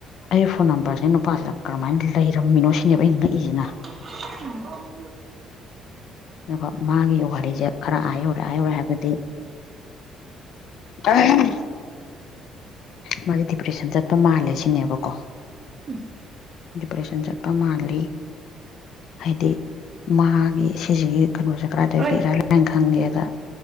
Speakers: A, on the left (about 60°); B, on the right (about 25°).
A: ꯑꯩ ꯐꯣꯟ ꯅꯝꯕꯔꯁꯦ ꯅꯨꯄꯥꯁꯤꯗ ꯀ꯭ꯔꯃꯥꯏꯟ ꯂꯩꯔꯝꯃꯤꯅꯣ ꯁꯤꯅꯦꯕ ꯑꯩ ꯉꯛꯏꯖꯤꯅꯥ
B: ꯎꯝ
A: ꯉꯥꯏꯈꯣ ꯃꯥꯒꯤ ꯋꯥꯔꯤꯖꯦ ꯈꯔ ꯑꯥ ꯌꯧꯔꯦ ꯑꯥ ꯌꯧꯔꯦ ꯍꯥꯏꯕꯗꯤ ꯑꯍꯝ ꯃꯥꯖꯦ ꯗꯤꯄ꯭ꯔꯦꯁꯟ ꯆꯠꯄ ꯃꯥꯜꯂꯦ ꯁꯤꯅꯦꯕꯀꯣ
B: ꯎꯝ
A: ꯗꯤꯄ꯭ꯔꯦꯁꯟ ꯆꯠꯄ ꯃꯥꯜꯂꯤ ꯍꯥꯏꯗꯤ ꯃꯥꯒꯤ ꯁꯤꯖꯤꯒꯤ ꯀꯩꯅꯣꯖꯦ ꯀꯔꯥꯏꯗꯒꯤ
B: ꯑꯣꯏ
A: ꯏꯔꯥꯏ ꯂꯥꯏꯅ ꯈꯪꯒꯦꯗꯥ